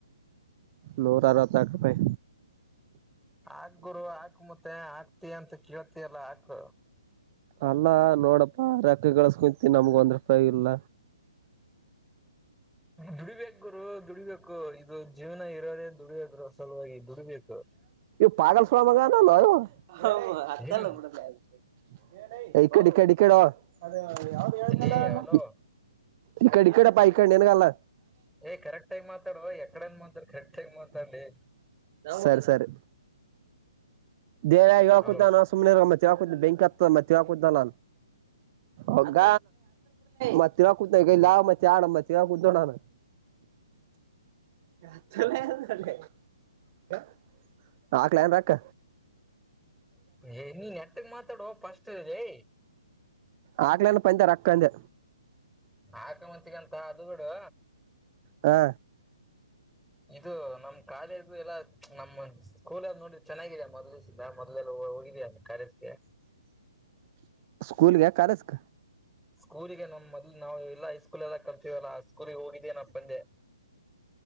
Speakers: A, on the right; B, in the centre.
A: ನೂರ ಅರವತ್ತಕ ರೂಪಾಯಿ
B: ಹಾಕು ಗುರು ಹಾಕ್ ಮತ್ತೆ ಹಕ್ತೆಯ ಅಂತ ಕೇಳ್ತಿಯಲ್ಲ ಹಾಕ್
A: ಅಣ್ಣ ನೋಡಪ್ಪಾ ರೆಕ್ಕ ಳಸ್ಕೊಂತೀ ನಮ್ಗ ಒಂದ್ ರೂಪಾಯಿ ಇಲ್ಲ
B: ದುಡಿಬೇಕುರಗುರು ದುಡಿಬೇಕು ಇದು ಜೀವನ ಇರೋದೇ ದುಡಿಯದ್ರು ಅ ಸಲುವಾಗಿ ದುಡಿಬೇಕು
A: ಇ ಪಾಗಲ್ ಸುಳ್ಳ ಮಗಾವ ನಲ್ಲೋಯ <unintelligible> ಹೌ
B: ಏ
A: ಹಲ್ಲ
B: ನಿಮ್
A: <unintelligible> ಈ ಕಡಿ ಕಡಿ ಕಡೆ ಅದ ಯಾವದೂ ಹೇಳ್ನೇ
B: ಲೇ
A: ಅಲ್ಲ ನಾನು
B: ಹಲೋ
A: ಈ ಕಡೆ ಈ ಕಡಪ್ಪ ಈಕ ನನ್ಗಲ್ಲ
B: ಹೇ ಕರೆಕ್ಟ್ ಟಮ್ ಮಾತಾಡುವ ಎಕಡನ್ ಮಾತಾಡ್ ಕರೆಕ್ಟ್ ಆಗೆ ಮಾತಾಡ್ಡಿ
A: ಸರಿ ಸರಿ ಬೇರೆ ಹಕುದಾನ
B: ಹಲೋ
A: ಸುಮನೆ ಮತ್ತೆ ಹಾಕುದ್ ಬೆಂಕ ಹತ್ತತ್ದ ಮತ್ತ ಹಾಕುದಲ್ಲ ಹಗ ಮತ್ತರ ಕೂತ್ ಮತ್ತೆ ಆಡ ಮತ್ತರ ಕೂತ್ೋಣಾನ ಯತಲ್ಲ <inaudible> <unintelligible> ಹಾಕುಯನ್ ರೊಕ್ಕ
B: ಹೇ ನೀ ನೆಟಕ್ಕೆ ಮಾತಾಡ ಫಸ್ಟ್ ಲೀ
A: ಹಾಕುಲೀ ಪಂತ ರಕ್ಕಂದೆ
B: ಆಕ ಮುಂಚಗಂತ ಅದು ಬಿಡು
A: ಹಾ
B: ಇದು ನಮ್ ಕಾಲೇಜು ಎಲ್ಲಾ ನಮ್ಮ ಸ್ಕೂಲದ ನೋಡ್ರಿ ಚೆನ್ನಾಗಿದೆ ಮೊದಲ್ಲ ನಾವು ಮೊದಲ ಓ ಹೋಗೆಯ ಕಾಲೇಜಿಗೆ
A: <inaudible> ಸ್ಕೂಲ್ ಗ ಕರೆಸಕ
B: ಸ್ಕೂಲಿಗೆ ನಮಮ್ಮ ಮೊದ್ಲು ನಾವುಲ್ಲ ಹಐಸ್ಕೂಲ್ ಎಲ್ಲ ಕರ್ತೀವಲ್ಲ ಕುರಿ ಹೋಗಿದ್ದೇನ ಅಪ್ಪಂದೆ